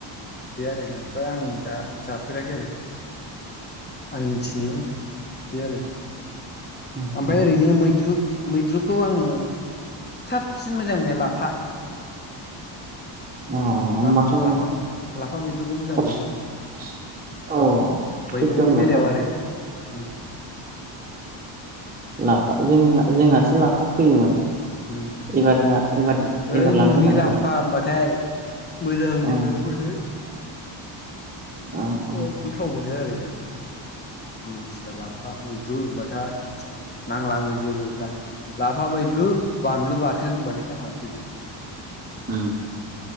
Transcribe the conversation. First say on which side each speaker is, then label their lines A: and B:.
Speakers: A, on the left; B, on the right.
A: बे आरोना ओमफ्राय आं दा जाफेराखै आरो। आं मिथिनायाव आरो बे आरो।
B: उम
A: ओमफ्राय
B: उम
A: ओरैनो मैद्रु मैद्रुखौ आङो साबसिन मोजां मोनो लाफा।
B: अ होमबाथ'
A: लाफ -लाफा-लाफा मैद्रुखौ मोजां
B: साबसिन
A: मोनो आं।
B: अ
A: मैगंनि
B: थिग दंबाथ'
A: बेलायाव आरो उम।
B: लाफा जोंना जोंहासो लाफा फैयोमोन
A: उम
B: एबार जा एबार
A: ओइ
B: एबार लांगोन
A: न'नि
B: आं
A: लाफा
B: र'
A: होमबाथाय मोजां मोननाया
B: ओं
A: मोनो।
B: औ औ
A: अ गोथाव मोनो आरोना? मोनथिया लाफा मैद्रु होनबाथाय नांला आंनो जेबो। दा लाफा मैद्रु बानलु बाथोन होनबाथाय नांलासैबो।
B: उम